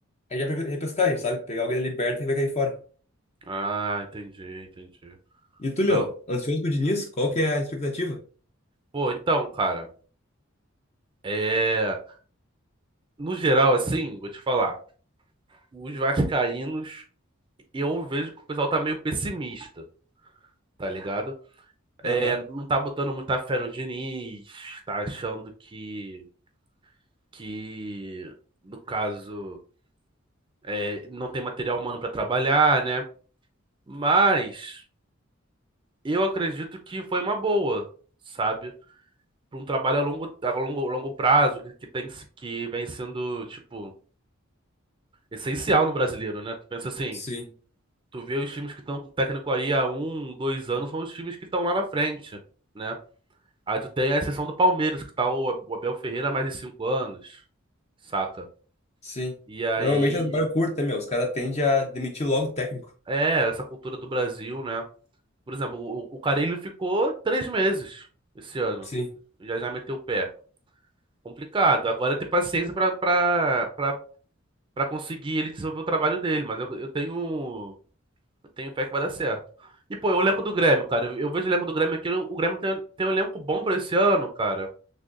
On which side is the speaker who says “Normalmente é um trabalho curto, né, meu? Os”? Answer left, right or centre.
Left